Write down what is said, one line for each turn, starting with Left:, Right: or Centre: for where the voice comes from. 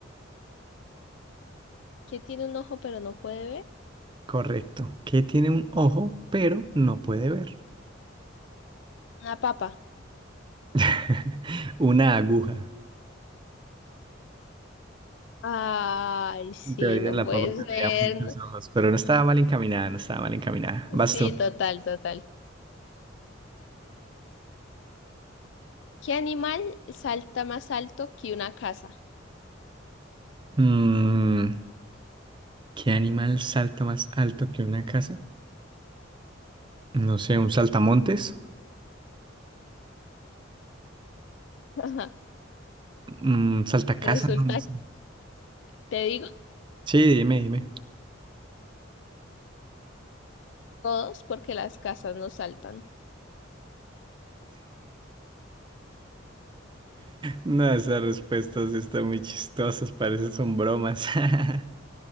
Left: ¿Qué tiene un ojo pero no puede ver?
Right: Correcto. ¿Qué tiene un ojo pero no puede ver?
Left: Una papa.
Right: <laughs> Una aguja.
Left: Ay, sí,
Right: En teoría
Left: no
Right: la
Left: puede
Right: papa tendría
Left: ser.
Right: muchos ojos, pero no estaba mal encaminada, no estaba mal encaminada. Vas
Left: Sí,
Right: tú.
Left: total, total. ¿Qué animal salta más alto que una casa?
Right: Mm, ¿qué animal salta más alto que una casa? No sé, un saltamontes,
Left: <laughs>
Right: un saltacasa,
Left: Resulta
Right: no, no sé.
Left: Te digo
Right: Sí, dime, dime. <laughs>
Left: todos porque las casas no saltan.
Right: No, esas respuestas sí están muy chistosas, parecen son bromas. <laughs>